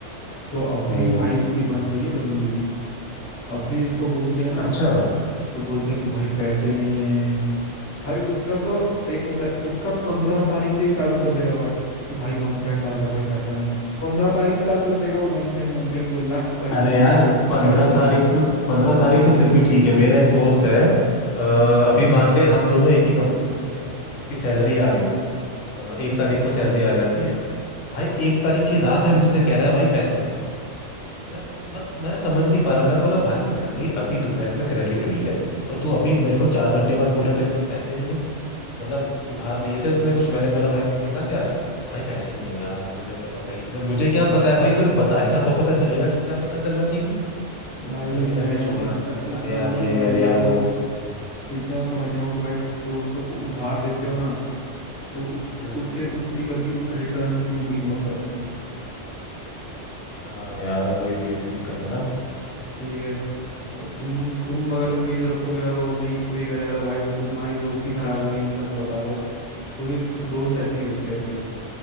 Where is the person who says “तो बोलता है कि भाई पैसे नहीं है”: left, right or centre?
Left